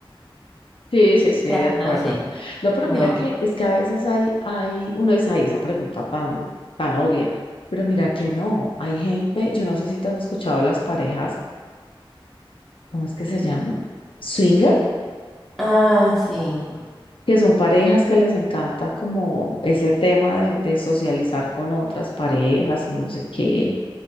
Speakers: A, on the left; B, in the centre.
A: Sí, sí, sí,
B: sea,
A: de acuerdo.
B: no sé.
A: No, pero
B: No.
A: mira que es que a veces hay, hay, uno dice, ay, esa pregunta tan, tan obvia, pero mira que no, hay gente, yo no sé si tú has escuchado las parejas, ¿cómo es que se llama? Swinger,
B: Ah, sí.
A: que son parejas que les encanta como ese tema de, de socializar con otras parejas y no sé qué.